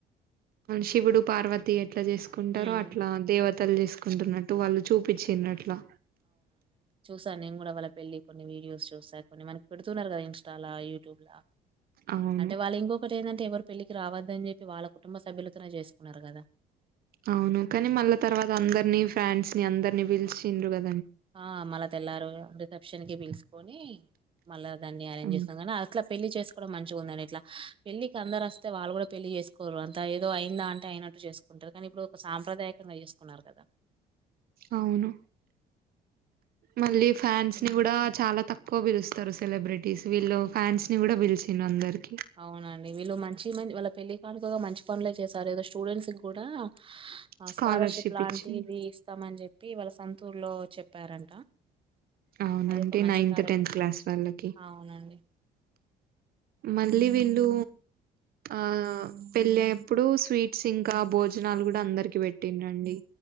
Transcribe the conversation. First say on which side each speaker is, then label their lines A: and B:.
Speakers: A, on the right (about 60°); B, on the right (about 30°).
A: శివుడు పార్వత్ ఏట్లా చేసుకుంటారో
B: ఉమ్
A: అట్లా దేవతలు చేసుకుంటున్నట్టు వాళ్ళు చూపించినర్ట్లా
B: సా నేను కూడా వాళ్ళ పెళ్లియి కొన్ని వీడియోస్ చూసా కొన్ని మనకి పెడుతున్నారు కదా ఇస్టాలా యూట్యూబ్లా
A: అవును.
B: అంటే వాళ్ళు ఇంకొక్కటి ఏందంటే ఎవరు పెళ్ళికి రావద్దని చెప్పి వాళ్ళ కుటుంబ సభ్యులతోనే చేసుకున్నారు కదా
A: అవును కానీ మల్లా తర్వాత అందరినీ ఫాన్స్ ని అందరినీ పిలిచిండ్రు కద్
B: ఆ మల్లా తెల్లారు రిసెప్షన్ కి పిలుసుకొని మళ్ళ దాన్ని అరేంజ్
A: హ్మ్.
B: చేసా కానీ అట్లా పెళ్లి చేస్ మంచి ఉందని ఇట్లా పెళ్ళి కి అందరు వస్తే వాళ్ళు కూడా పెళ్లి చేసుకోరు అంత ఏదో అయిందా అంటే అయినట్టు చేసుకో టార్ కానీ ఇప్పుడు ఒక సాంప్రదాయకంగా చేసుకున్నారు కదా
A: అవును మళ్ళీ ఫ్యాన్స్
B: హ్మ్.
A: ని కూడా
B: ఇంకా
A: చాలా తక్కువ పిలుస్ స్తారు సెలబ్రిటీస్ వీళ్ళు ఫ్యాన్స్ ని కూడా పిలిచిడ్రు అందరి
B: అవునండి వీళ్ళు మంచి మం వాళ్ళ పెళ్ళి కానుకగా మంచి పనులే చేసారు ఏదో స్టూడెంట్స్ కి కూడా ఆ
A: స్కాలర్‌షిప్
B: స్కాలర్షిప్ లాంటిది
A: ఇచ్చిండ్రు.
B: ఇస్తామని చెప్పి వాళ్ళ సంతూర్ లో చెప్పారంట
A: అవునండి
B: అది ఒక మంచి
A: నైన్త్
B: కార్యక్రమం
A: టెన్త్ క్లాస్
B: కదా
A: వాళ్ళకి
B: అవునండి
A: మళ్ళీ విళ్ళు ఆ పెళ్ళేప్పుడు స్వీట్స్ ఇంకా భోజనాలు కూడా అందరికి పెట్టింరండి